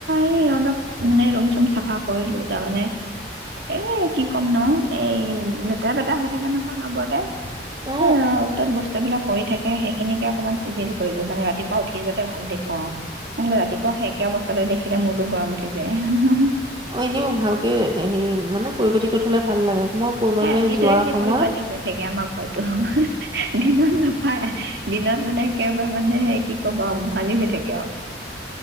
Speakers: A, on the right (about 65°); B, on the right (about 25°).
A: এই অলপ মানে ৰুম চুম চাফা কৰিলো তাৰমানে এ কি ক'ম ন এই লেতেৰা পেটেৰা হৈ থাকে নহয় অনবৰতে
B: অ
A: এ অত তত বস্তু বিলাক কৰি থাকে সেইখিনিকে অকণমান চিজিল কৰিলো মানে ৰাতিপুৱা উঠি যাতে ভাল দেখো আৰু আহিলে ৰাতিপুৱা সেই একে অৱস্থাতে দেখিল মূৰটো গৰম উঠি যায় হু হু হু
B: অ এনেও ভালকে হেৰি মানে পৰিপাটিকৈ থলে ভাল লাগে মই কৰবালৈ
A: সেই ৰাতিটোয়ে
B: যোৱাৰ
A: যি
B: সময়ত
A: পৰিপাটি হৈ থাকে আমাৰ ঘৰতো দিনত নাপায় দিনত মানে একেবাৰে মানে কি ক'ব আৰু গোহালি হৈ থাকে আৰু